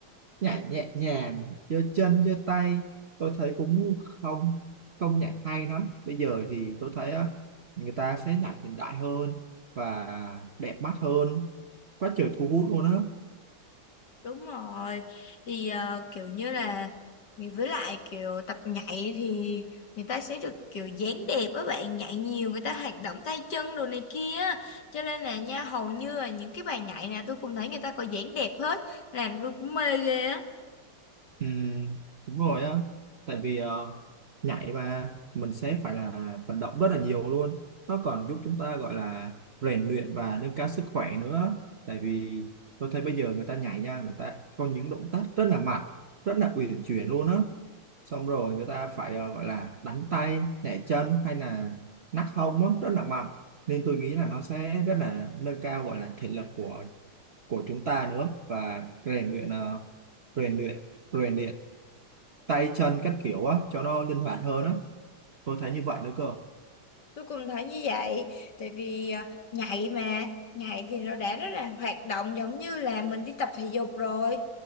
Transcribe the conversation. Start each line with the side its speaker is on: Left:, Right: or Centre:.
Right: nhảy nhẹ nhàng giơ chân giơ tay tôi thấy cũng không không nhảy hay lắm bây giờ thì tôi thấy á, người ta sẽ nhảy hiện đại hơn và đẹp mắt hơn quá trời thu hút luôn á
Left: đúng rồi thì ờ, kiểu như là với lại kiểu tập nhảy thì người ta sẽ được kiểu dáng đẹp á bạn nhảy nhiều người ta hoạt động tay chân đồ này kia á. cho nên là nha hầu như là những cái bài nhảy nào tôi cũng thấy người ta có dáng đẹp hết làm tôi cũng mê ghê á
Right: ừ, đúng rồi á tại vì ờ, nhảy mà mình sẽ phải là vận động rất là nhiều luôn nó còn giúp chúng ta gọi là rèn luyện và nâng cao sức khỏe nữa tại vì tôi thấy bây giờ người ta nhảy nha người ta có những động tác rất là mạnh rất là uyển chuyển luôn á xong rồi người ta phải ờ, gọi là đánh tay nhảy chân hay là nắc hông á rất là mạnh nên tôi nghĩ là nó sẽ rất là nâng cao gọi là thể lực của của chúng ta nữa và rèn luyện ờ, rèn luyện rèn luyện tay chân các kiểu á cho nó linh hoạt hơn á tôi thấy như vậy nữa cơ
Left: Tôi cũng thấy như vậy, tại vì à, nhảy mà, nhảy thì nó đã rất là hoạt động giống như là mình đi tập thể dục rồi.